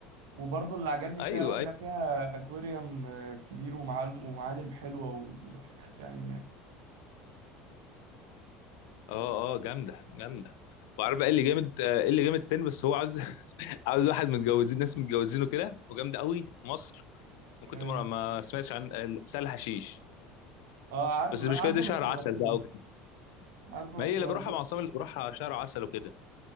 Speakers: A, on the right (about 70°); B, on the left (about 65°).
A: وبرضو اللي عجبني
B: ايوه
A: فيها قوي انها
B: أيوة.
A: فيها اكواريوم آه، كبير ومعالم ومعالم حلوة وحاجات يعني هناك
B: اه اه جامده جامده وعارف بقى ايه اللي جامد آه، ايه اللي جامد تاني بس هو عاوز <laughs> عاوز واحد متجوزين ناس متجوزينه كده وجامده قوي في مصر ممكن
A: اه
B: تمر ما سمعتش عن آه، سهل حشيش
A: آه، عارفه
B: بس
A: لا
B: المشكله
A: عارفه
B: دي شهر
A: بس ما
B: عسل
A: رحتوش
B: بقى وكده
A: عارفه
B: ما
A: بس
B: هي اللي
A: ما
B: بروحها
A: رحتوش
B: مع اصحابي اللي بروحها شهر عسل وكده